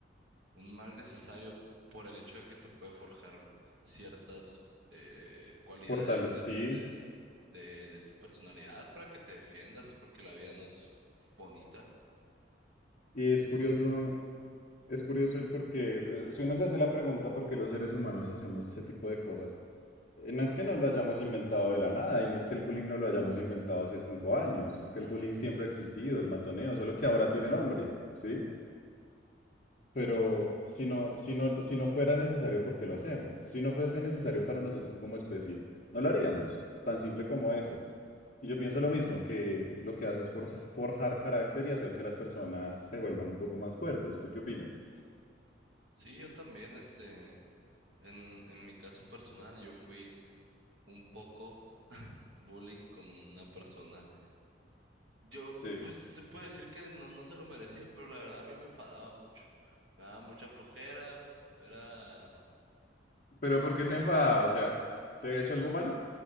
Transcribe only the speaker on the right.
un mal necesario por el hecho de que te puede forjar ciertas eh, cualidades
de,
de- de- de tu personalidad para que te defiendas, porque la vida no es bonita.
Ujú,
ujú.
Sí, yo también, este, en, en mi caso personal, yo fui un poco bullying con una persona. Yo,
pues se puede decir que no, no se lo merecía, pero la verdad a mí me enfadaba mucho. Me daba mucha flojera, era,
¿cómo
te
digo?